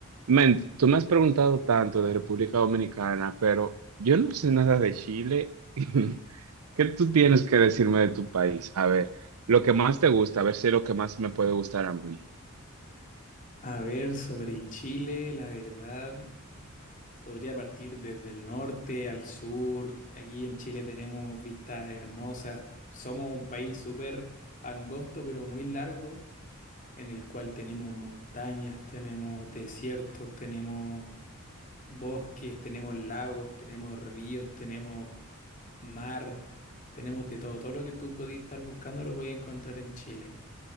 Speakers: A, on the right; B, on the left.
A: Men, tú me has preguntado tanto de República Dominicana, pero yo no sé nada de Chile. <laughs> ¿Qué tú tienes que decirme de tu país? A ver, lo que más te gusta, a ver si es lo que más me puede gustar a mí.
B: A ver, sobre Chile, la verdad, podría partir desde el norte al sur. Aquí en Chile tenemos vistas hermosas. Somos un país súper angosto, pero muy largo, en el cual tenemos montañas, tenemos desiertos, tenemos bosques, tenemos lagos, tenemos ríos, tenemos mar, tenemos de todo. Todo lo que tú podías estar buscando lo podías encontrar en Chile.